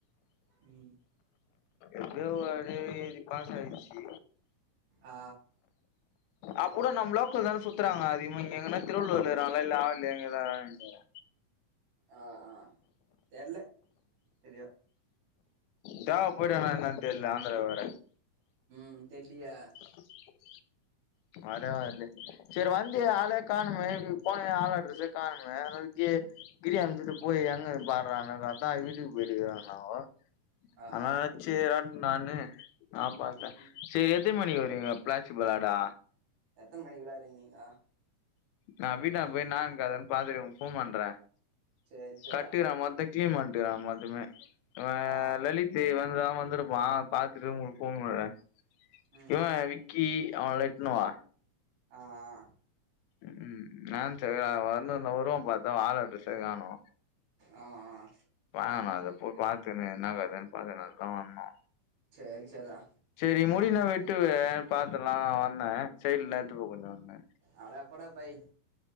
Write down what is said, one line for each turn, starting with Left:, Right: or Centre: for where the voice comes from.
Right: ம்
Left: எப்டியோ ஒரு வழியா எழுதி பாஸ் ஆய்ச்சி
Right: ஆ
Left: அப்புடு நம்ம லோக்கல் தான சுத்துறாங்க அதிகம் இங்க எங்கன்னா திருவள்ளுர்ல இருக்கிறாங்களா இல்ல ஆவடில எங்கதான்னு தெர்ல
Right: ஆ ஆ தெர்ல இது
Left: தேவ படுதா என்னென்னுதா தெர்ல ஆந்ரா வர
Right: ம் தெர்லயே
Left: <unintelligible> அதா அது செரி வந்தியே ஆளையே காணுமே இப்டி போனயே ஆள் அட்ரஸ்சே காணுமே அதா வித்தி கிரி அம்ச்சுட்டு போய் எங்கன்னு பார்றான்னு பாத்தா வீட்டுக்கு போயிருக்கிறானாங்க
Right: ஆ
Left: அதனால சேரிறான்னு நானு நா பாத்தே
Right: ம்
Left: சேரி எடுத் எத்தன மணிக்கு வருவீங்க பிளாச்சிப் விளாடா
Right: எத்தன மணிக்கு விளார்ரீங்க நீங்க
Left: நா வீட்டான்ட போய் நா இக்காதான்னு பாத்துட்டு ஒனக்கு ஃபோன் பண்றே
Right: சேரி சேர்ரா
Left: கட்டீறா மொத்தைக் டீம் வன்டிகிறா மொத்தமே வ
Right: ஆ
Left: லலித் ஏய் இவன்தா வந்துருப்பா பாத்துட்டு ஒங்களுக்கு ஃபோன் பண்றே
Right: ம்
Left: இவெ விக்கி அவனோட இத்துனுவா
Right: ஆ ஆ
Left: ம் ம் நான் செரி அவெ வர்னு இந்தா வருவானு பாத்தே வால அட்ரஸே காணோ
Right: ஆ ஆ
Left: வாங்கனு அது போய் பாத்துனு என்னா கதேனு பாக்கறதுக்கு தா வந்தோ
Right: சேர் சர்ரா
Left: சேரி முடி நா வெட்டுவே பாத்துர்லா நா வந்தே சைட் நேத்துக்கு கொண்டு வந்தே
Right: அட எப்படா பை